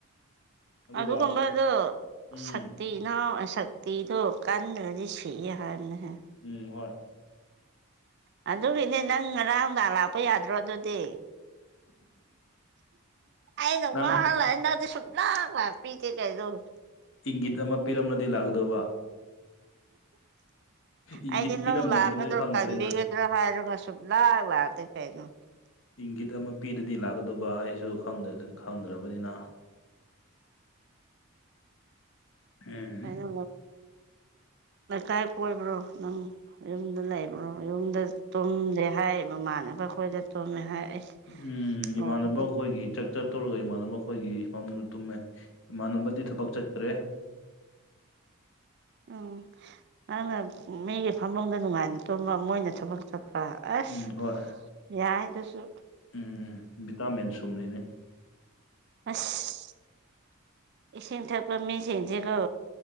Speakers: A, on the left; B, on the right.
A: ꯑꯗꯨꯒ
B: ꯑꯗꯨꯒꯨꯝꯕꯗꯣ
A: ꯎꯝ
B: ꯁꯛꯇꯤ ꯅꯥꯎ ꯑ ꯁꯛꯇꯤꯗꯣ ꯀꯥꯟꯗ꯭ꯔꯗꯤ ꯁꯤꯌꯦ ꯍꯥꯏꯕꯅꯦꯍꯦ
A: ꯎꯝ ꯍꯣꯏ
B: ꯑꯗꯨꯒꯤꯅꯦ ꯅꯪ ꯉꯔꯥꯡ ꯅꯨꯡꯗꯥꯡ ꯂꯥꯛꯄ ꯌꯥꯗ꯭ꯔꯣ ꯑꯗꯨꯗꯤ ꯑꯩ ꯅ
A: ꯅꯪ
B: ꯋꯥꯅ ꯂꯥꯛꯑꯦ ꯅꯪꯗꯤ ꯁꯨ ꯂꯥꯛ ꯂꯥꯛꯄꯤꯇꯦ ꯀꯩꯅꯣ
A: ꯏꯪꯒꯤꯠ ꯑꯃ ꯄꯤꯔꯝꯂꯗꯤ ꯂꯥꯛꯀꯗꯧꯕ ꯏꯪꯒꯤꯠ
B: ꯑꯩꯗꯤ ꯅꯪ
A: ꯄꯤꯔꯝꯗꯕꯤꯗ
B: ꯂꯥꯟꯕꯗꯣ
A: ꯈꯪꯗ꯭ꯔꯦꯅ
B: ꯇꯟꯕꯒꯤ ꯍꯥꯏꯔꯒ ꯁꯨꯛ ꯂꯥꯛ ꯂꯥꯛꯇꯦ ꯀꯩꯅꯣ
A: ꯏꯪꯒꯤꯠ ꯑꯃ ꯄꯤꯔꯗꯤ ꯂꯥꯛꯀꯗꯕ ꯑꯩꯁꯨ ꯈꯪꯗ꯭ꯔ ꯈꯪꯗ꯭ꯔꯕꯅꯤꯅ ꯎꯝꯍꯝ
B: ꯀꯩꯅꯣ ꯂꯩꯀꯥꯏ ꯀꯣꯏꯕ꯭ꯔꯣ ꯅꯪ ꯌꯨꯝꯗ ꯂꯩꯕ꯭ꯔꯣ ꯌꯨꯝꯗ ꯇꯨꯝꯗꯦ ꯍꯥꯏꯌ ꯃꯃꯥꯟꯅꯕ ꯈꯣꯏꯗ ꯇꯨꯝꯃꯦ ꯍꯥꯏ ꯑꯩꯁ
A: ꯎꯝ
B: ꯂꯣꯏꯔꯦꯍꯦ
A: ꯏꯃꯥꯟꯅꯕ ꯈꯣꯏꯒꯤ ꯆꯠ ꯆꯠꯇꯧꯔꯒ ꯏꯃꯥꯟꯅꯕ ꯑꯩꯈꯣꯏꯒꯤ ꯐꯃꯨꯡꯗ ꯇꯨꯝꯃꯦ ꯏꯃꯥꯟꯅꯕꯗꯤ ꯊꯕꯛ ꯆꯠꯈ꯭ꯔꯦ
B: ꯎꯝ ꯅꯪꯅ ꯃꯤꯒꯤ ꯐꯃꯨꯡꯗ ꯅꯨꯡꯉꯥꯏꯅ ꯇꯨꯝꯕ ꯃꯣꯏꯅ ꯊꯕꯛ ꯆꯠꯄ ꯑꯁ
A: ꯎꯝ ꯍꯣꯏ
B: ꯌꯥꯏꯗꯨꯁꯨ
A: ꯎꯝ ꯚꯤꯇꯥꯃꯤꯟ ꯁꯨꯝꯔꯤꯅꯦ
B: ꯑꯁ ꯏꯁꯤꯡ ꯊꯛꯄ ꯃꯤꯁꯤꯡꯁꯤꯀꯣ